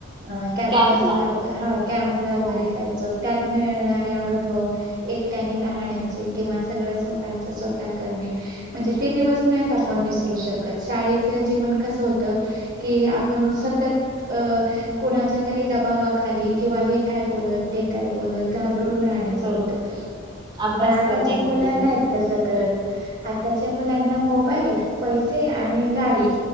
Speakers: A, on the right; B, on the right.
A: अ कॅम्पस
B: कॅम्पला
A: लागर हा कॅम्प ला वगैरे
B: हा
A: जायचं. त्यात मिळणारे, अनुभव एकट्याने राहण्याचे
B: हा
A: किंवा सगळ स्व स् स्वतः करणे म्हणजे ते दिवस नाहीत. आपण विसरू शकत शाळेच जीवन कस हो आपण सतत कोणाच्या तरी दबावाखाली किंवा का, हे काय बोलल ते काय बोलल घाबरून राहण्याच
B: बरोबर
A: होत
B: अभ्यास
A: पण आता
B: करणे
A: ज
B: कंटिन्यू
A: मुला नाही. असं करत आताच्या मुलांना मोबाईल पैसे आणि गाडी,